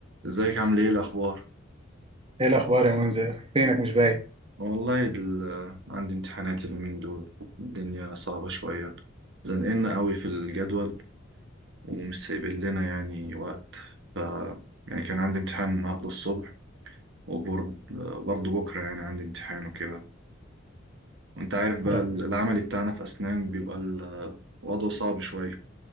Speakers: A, on the right (about 60°); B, on the right (about 30°).
A: ازيك عامل ايه الاخبار
B: ايه الاخبار يا منذر فينك مش باين
A: والله دل... عندي امتحانات اليومين دول الدنيا صعبة شوية زنقلنا قوي في الجدول ومش سايبين لنا يعني وقت ف يعني كان عندي امتحان النهاردة الصبح وبرضه بكرة يعني عندي امتحان وكده وانت عارف بقى
B: يا رب
A: ال- العملي بتاعنا في اسنان بيبقى ال- الوضع صعب شوية